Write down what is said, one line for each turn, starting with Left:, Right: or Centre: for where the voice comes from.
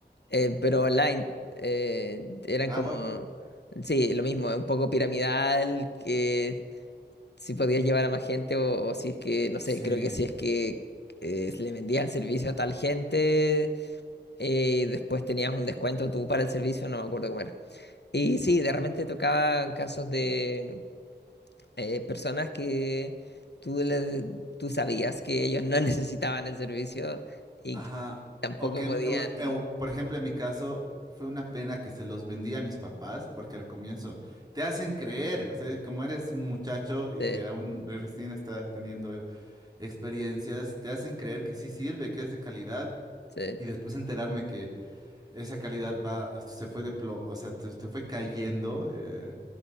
Left: eh, pero online. eh, eran
Right: Ah,
Left: como,
Right: wow.
Left: sí, lo mismo, un poco piramidal, que si podías llevar a más gente o, o si es que, no sé,
Right: Sí.
Left: creo que si es que eh, le vendías el servicio a tal gente eh, y después tenías un descuento tú para el servicio, no me acuerdo cómo era. Y sí, de repente tocaban casos de eh, personas que tú, les- tú sabías que ellos no <laughs> necesitaban el servicio y
Right: Ajá,
Left: que tampoco
Right: o que, em,
Left: podían...
Right: evo- evo- por ejemplo, en mi caso, fue una pena que se los vendía a mis papás, porque al comienzo te hacen creer, o sea, como eres un muchacho y
Left: Sí,
Right: que aún recién estás teniendo experiencias, te hacen creer que sí sirve, que es de calidad.
Left: sí.
Right: Y después enterarme que esa calidad va, se fue de plo- o sea, te, te fue cayendo, eh,